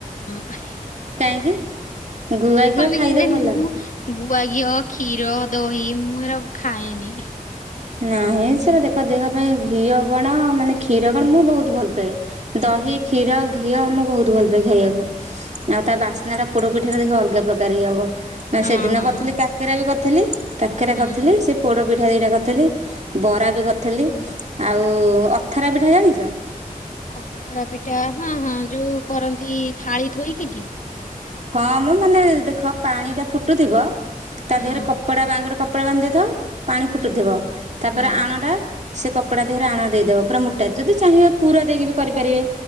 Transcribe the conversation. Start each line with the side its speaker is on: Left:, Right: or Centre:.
Left: ହ
Right: କାହିଁକି? ଗୁଆ ଘିଅ
Left: ପାଇଁ
Right: ଖାଇଲେ
Left: କେଜାଣି
Right: ଭଲ।
Left: ମୁଁ ଗୁଆ ଘିଅ କ୍ଷୀର ଦହି ମୁଁ ଏରା ଖାଏନି।
Right: ନାହିଁ ସ ଦେଖ ଦେହ ପାଇଁ ଘିଅ କଣ ମାନେ କ୍ଷୀର କଣ ମୁଁ ବହୁତ ଭଲ ପାଏ। ଦହି କ୍ଷୀର ଘି ଘିଅ ମୁଁ ବହୁତ ଭଲ ପାଏ ଖାଇବାକୁ ଆଉ ତା ବାସ୍ନା ଟା ପୋଡ ପିଠାରେ ଦେଖ ଅଲଗା ପ୍ରକାର ହଇ ହବ ମ
Left: ହଁ
Right: ସେଦିନ
Left: ହଁ
Right: କରିଥିଲି କାକେରା ବି କରିଥିଲି କାକେରା
Left: ହୁଁ।
Right: କରିଥିଲି ସେ ପୋଡ ପିଠା ଦିଟା କରି ଥିଲି ବରା ବି କରିଥିଲି ଆଉ ଅଥରା ପିଠା ଜାଣିଛ?
Left: ଅଥରା ପିଠା ହଁ ହଁ ଯୋଉ କରନ୍ତି ଥାଳି ଥୋଇକି।
Right: ହଁ ମୁଁ ମାନେ ଦେଖ ପାଣିଟା ଫୁଟୁଥିବ। ତା
Left: ହଁ
Right: ଦେହରେ କପଡା ବା ଗୋଟ କପଡା ବାନ୍ଧିଦ ପାଣି
Left: ହଁ
Right: ଫୁଟୁଥିବ ତାପରେ
Left: ହଁ।
Right: ଆଣ ଟା ସେ କପଡା ଦେହରେ ଆଣ ଦେଇଦବ ପୁରା ମଟାରେ ଯଦି ଚାହିଁବେ ପୁରା ଦେଇକି ବି କରିପାରିବେ।